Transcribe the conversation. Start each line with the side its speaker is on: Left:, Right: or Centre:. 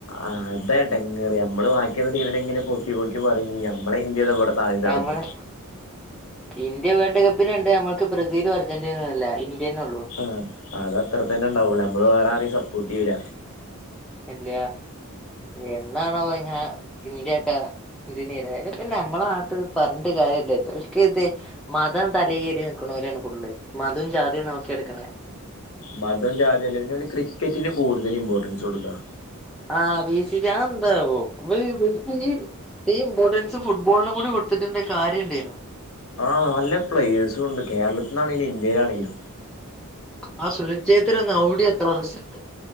Left: ആഹ് അതെടങ്ങേറ് നമ്മള് ബാക്കിയുള്ള ടീമിനെ ഇങ്ങനെ പൊക്കി പൊക്കി പറയും നമ്മളെ ഇന്ത്യടെ ഇവിടെ താഴ്ന്ന്
Centre: നമ്മളെ
Left: കെടക്കണു
Centre: ഇന്ത്യ വേൾഡ് കപ്പിനുണ്ടെ നമ്മക്ക് ബ്രസീലും അർജന്റീനല്ല ഇന്ത്യന്നെ ഉള്ളൂ
Left: ആഹ് അത് അത്ര തന്നെ ഉണ്ടാവൂള്ളേ നമ്മള് വേറെ ആരേയും സപ്പോർട്ട് ചെയ്യൂല
Centre: ഇല്ല എന്നാണാവോ ഞാൻ ഇന്ത്യ ഒക്കെ എന്തിനാരും ഇപ്പ നമ്മെ നാട്ട് പറഞ്ഞിട്ട് കാര്യം ഇല്ല ഇവർക്ക്‌ ഇതെ മതം തലേകേറി നിൽക്കുണോരാണ് ഫുൾ മതവും ജാതിയും നോക്കിയ എടുക്കണെ
Left: മതോം ജാതിയല്ല പിന്നെ വല്ല ക്രിക്കറ്റിന് കൂടുതൽ ഇമ്പോർട്ടൻസ് കൊടുക്കുക
Centre: ആ വീശിക്കാൻ എന്താവോ <unintelligible> ഇമ്പോർട്ടൻസ് സ്‌ ഫുട്ബോള്നും കൂടെ കൊടുത്തിട്ടുണ്ടേ കാര്യം ണ്ടേയ്നു
Left: ആ നല്ല പ്ലേയേഴ്‌സ്സുംണ്ട് കേരളത്തിന്നാണെലും ഇന്ത്യയിലാണെങ്കിലും
Centre: ആ സുനിൽ ചേത്ര ഒന്ന് അവ്ടി എത്ത്ണ <unintelligible>